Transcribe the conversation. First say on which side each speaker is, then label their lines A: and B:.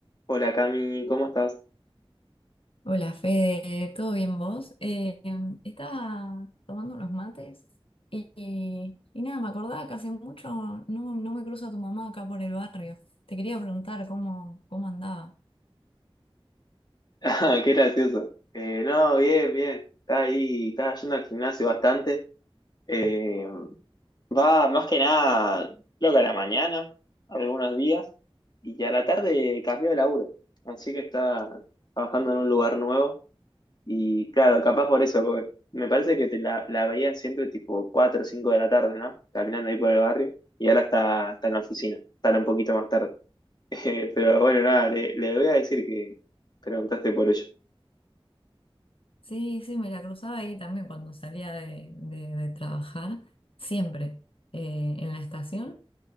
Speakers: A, on the left; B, on the left.
A: Hola Cami, ¿cómo estás? <laughs>
B: Hola Fede, ¿todo bien vos? Eh, em, estaba tomando unos mates y, y- y nada, me acordaba que hace mucho no, no me cruzo a tu mamá acá por el barrio. Te quería preguntar cómo, cómo andaba.
A: Ah, qué gracioso. Eh, no, bien, bien. Está ahí, está yendo al gimnasio bastante. Eh, va más que nada, creo que a la mañana, algunos días, y a la tarde cambió de laburo. Así que está trabajando en un lugar nuevo. Y claro, capaz por eso, porque me parece que te la, la veía siempre tipo 4 o 5 de la tarde, ¿no? Caminando ahí por el barrio, y ahora está, está en la oficina, sale un poquito más tarde. <laughs> Eh, pero bueno, nada, le, le voy a decir que preguntaste por ello.
B: Sí, sí, me la cruzaba ahí también cuando salía de, de- de trabajar, siempre eh, en la estación.